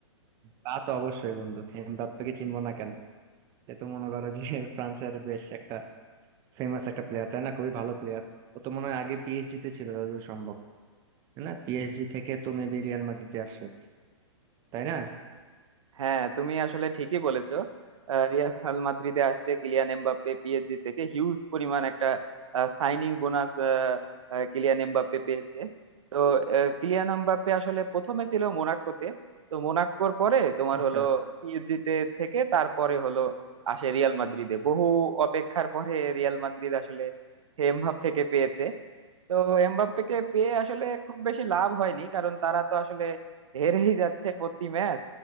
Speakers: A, on the right; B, on the right.
A: তা তো অবশ্যই বন্ধু এমবাপ্পেকে চিনবো না কেন এ তো মনে করো যে <laughs> ফ্রান্সের বেশ একটা ফেমাস একটা প্লেয়ার তাই না খুবই ভালো প্লেয়ার ও তো মনে হয় আগে পিএসজি তে ছিল যতদূর সম্ভব তাই না পিএসজি থেকে তো মেবি রিয়াল মাদ্রিদে আসছে তাই না
B: হ্যাঁ তুমি আসলে ঠিকই বলেছো আহ, রিয়াল মাদ্রিদে আসছে কিলিয়ান এমবাপ্পে পিএসজি থেকে হিউজ পরিমাণ একটা সাইনিং বোনাস কিলিয়ান এমবাপ্পে পেয়েছে তো আহ, কিলিয়ান এমবাপ্পে আসলে প্রথমে ছিল মোনাকোতে তো মোনাকোর পরে তোমার
A: আচ্ছা
B: হলো পিএসজি তে থেকে তারপরে হলো আসে রিয়াল মাদ্রিদে বহু অপেক্ষার পরে রিয়াল মাদ্রিদ আসলে এমবাপ্পেকে পেয়েছে তো এমবাপ্পেকে পেয়ে আসলে খুব বেশি লাভ হয়নি কারণ তারা তো আসলে হেরেই যাচ্ছে প্রতি ম্যাচ